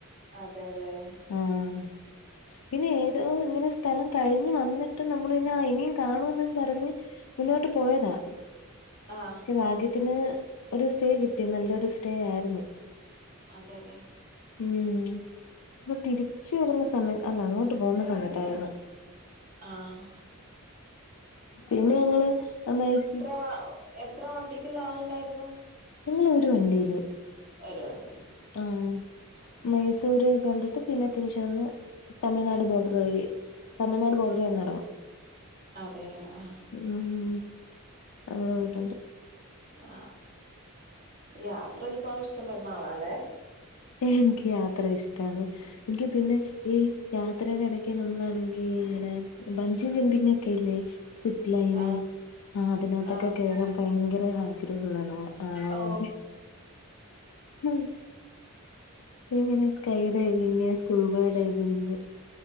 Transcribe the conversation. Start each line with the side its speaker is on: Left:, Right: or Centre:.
Right: അതെല്ലേ
Left: ആഹ് പിന്നെ ഏതോ ഇങ്ങനെ സ്ഥലം കഴിഞ്ഞ് വന്നിട്ട് നമ്മൾ പിന്നെ ആഹ് ഇനിയും കാണുമെന്ന് പറഞ്ഞ് മുന്നോട്ട് പോയതാ
Right: ആഹ് ആഹ്
Left: പക്ഷെ ഭാഗ്യത്തിന് ഒരു സ്റ്റേ കിട്ടി നല്ലൊരു സ്റ്റേ ആയിരുന്നു
Right: അതെല്ലേ
Left: ഉം അപ്പൊ തിരിച്ചുവരുന്ന സമയം അല്ല അങ്ങോട്ട് പോകുന്ന സമയത്താരുന്നു
Right: ആഹ്
Left: പിന്നെ ഞങ്ങള് <unintelligible>
Right: ഓ എത്ര വണ്ടിക്കുള്ള ആളുണ്ടായിരുന്നു
Left: ഞങ്ങളൊരു വണ്ടീല്
Right: ഒരു വണ്ടിം
Left: ആഹ് മൈസൂര് കണ്ടിട്ട് പിന്നെ <unintelligible> തമിഴ്നാട് ബോഡറു വഴി തമിഴ്നാട് ബോഡറീ വന്നിറങ്ങും
Right: അതെല്ലേ ആഹ്
Left: ഊമ് അങ്ങനെ പോയിട്ടുണ്ട്
Right: ആഹ് യാത്ര ഒരുപാട് ഇഷ്ടപ്പെടുന്ന ആളാല്ലേ
Left: ഏ എനിക്ക് യാത്ര ഇഷ്ടാണ് എനിക്ക് പിന്നെ ഈ യാത്രയുടെ എടക്ക് നമ്മളാണെങ്കി ഇങ്ങനെ ബഞ്ച് ചിന്തീങ്ങ് ഒക്കെ ഇല്ലേ സിപ്പ് ലൈന്
Right: ആഹ്
Left: ആഹ് അതിനാത്തൊക്കെ
Right: ആഹ്
Left: കേറാൻ ഭയങ്കര ആഗ്രഹുള്ള ആളാ
Right: ഓ
Left: ഞാൻ ഉം ഇങ്ങനെ സ്കൈ ഡൈവിങ് സ്കൂബോ ഡവിങ്